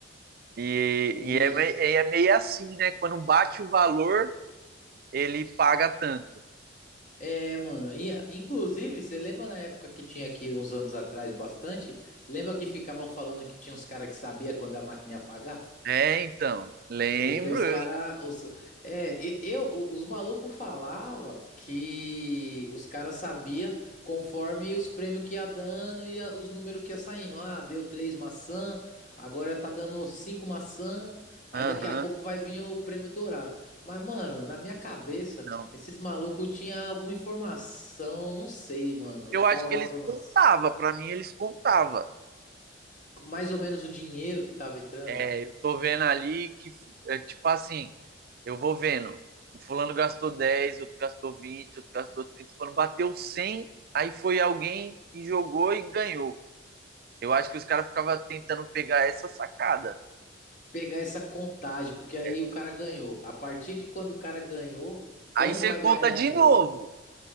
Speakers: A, on the right; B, on the left.
A: E,
B: E
A: e é, me- é meio assim, né? Quando bate o valor, ele paga tanto.
B: É, mano, e, inclusive, você lembra na época que tinha aqui uns anos atrás bastante? Lembra que ficavam falando que tinha uns caras que sabia quando a máquina ia apagar?
A: É, então, lembro.
B: Porque os
A: Eu,
B: cara, os, é, e- eu, o- os malucos falava que os caras sabia conforme os prêmios que ia dando e a- os números que ia saindo. Ah, deu três maçã, agora tá dando cinco maçã, aí
A: Aham,
B: daqui a pouco vai vir o prêmio dourado. Mas, mano, na minha cabeça,
A: não.
B: esses malucos tinham alguma informação, não sei, mano,
A: Eu acho
B: qual
A: que
B: a
A: eles
B: informação.
A: contavam, pra mim eles contavam.
B: Mais ou menos o dinheiro que tava entrando.
A: É, eu tô vendo ali que, é, tipo assim, eu vou vendo, o fulano gastou 10, outro gastou 20, outro gastou 30, quando bateu 100, aí foi alguém e jogou e ganhou. Eu acho que os caras ficavam tentando pegar essa sacada.
B: pegar essa contagem, porque aí
A: É.
B: o cara ganhou. A partir de quando o cara ganhou, quando
A: Aí você
B: vai
A: conta
B: ganhar de
A: de
B: novo?
A: novo.